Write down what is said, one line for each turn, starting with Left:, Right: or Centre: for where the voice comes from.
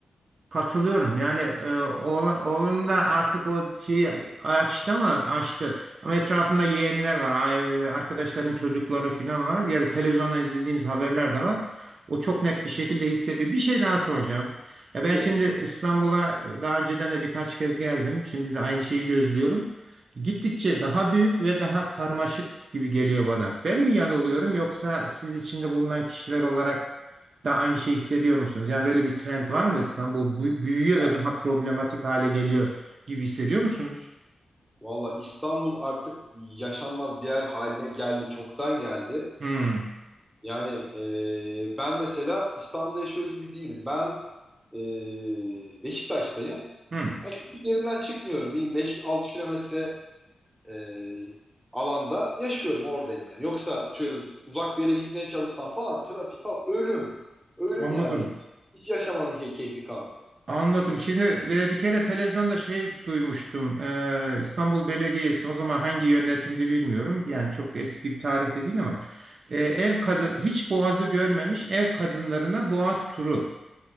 Right: Katılıyorum. Yani e, oğla- oğlum da artık o şeyi açtı ama açtı. Ama etrafında yeğenler var. ay- Arkadaşların çocukları falan var. Ya da televizyondan izlediğimiz haberler de var. O çok net bir şekilde hissediyor. Bir şey daha soracağım. Ya ben
Centre: Evet.
Right: şimdi İstanbul'a e, daha önceden de birkaç kez geldim. Şimdi de aynı şeyi gözlüyorum. Gittikçe daha büyük ve daha karmaşık gibi geliyor bana. Ben mi yanılıyorum yoksa siz içinde bulunan kişiler olarak da aynı şey hissediyor musunuz? Yani böyle bir trend var mı İstanbul bu- büyüyor
Centre: Yani,
Right: ve daha problematik hale geliyor gibi hissediyor musunuz?
Centre: valla İstanbul artık yaşanmaz bir yer haline geldi. Çoktan geldi.
Right: Hmm.
Centre: Yani e, ben mesela İstanbul'da yaşıyor gibi değilim. Ben e, Beşiktaş'tayım.
Right: Hmm.
Centre: Yani çünkü yerimden çıkmıyorum. Bir 5-6 kilometre e, alanda yaşıyorum oradayım yani. Yoksa atıyorum uzak bir yere gitmeye çalışsam falan trafik falan ölüm. Ölüm
Right: Anladım.
Centre: yani. Hiç, hiç yaşamanın key- keyfi kalmıyor.
Right: Anladım. Şimdi ve bir kere televizyonda şey duymuştum. Ee, İstanbul Belediyesi o zaman hangi yönetimdi bilmiyorum. Yani çok eski bir tarihte değil ama e, ev kadın hiç boğazı görmemiş ev kadınlarına boğaz turu